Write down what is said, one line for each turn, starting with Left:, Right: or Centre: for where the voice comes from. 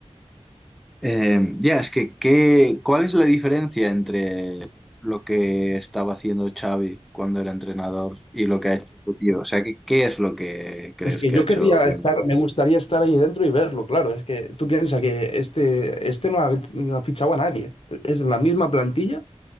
Centre: Eh, ya, es que, ¿qué, cuál es la diferencia entre lo que estaba haciendo Xavi cuando era entrenador y lo que ha hecho tu tío? O sea, ¿qué, qué es lo que crees
Left: Es que
Centre: que
Left: yo
Centre: ha hecho
Left: querría
Centre: como...
Left: estar, me gustaría estar ahí dentro y verlo, claro. Es que tú piensas que este, este no ha, no ha fichado a nadie. Es la misma plantilla